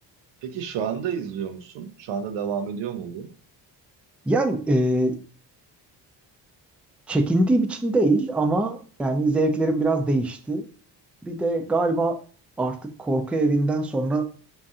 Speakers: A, on the right; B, in the centre.
A: Peki şu anda izliyor musun? Şu anda devam ediyor mu bu?
B: Yani e, çekindiğim için değil ama yani zevklerim biraz değişti. Bir de galiba artık korku evinden sonra